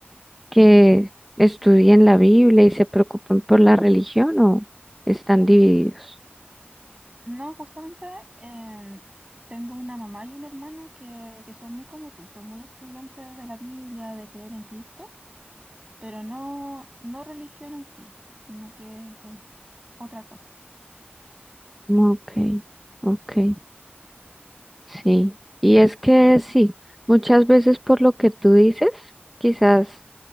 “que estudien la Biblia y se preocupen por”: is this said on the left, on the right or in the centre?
Centre